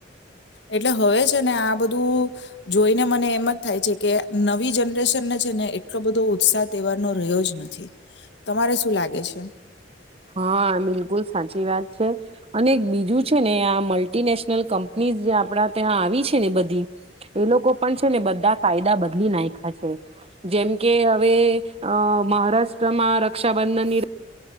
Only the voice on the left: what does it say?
એટલે હવે જ ને આ બધું જોઈને મને એમ જ થાય છે કે નવી જનરેશનને છે ને એટલો બધો ઉત્સાહ તહેવારનો રહ્યો જ નથી તમારે શું લાગે છે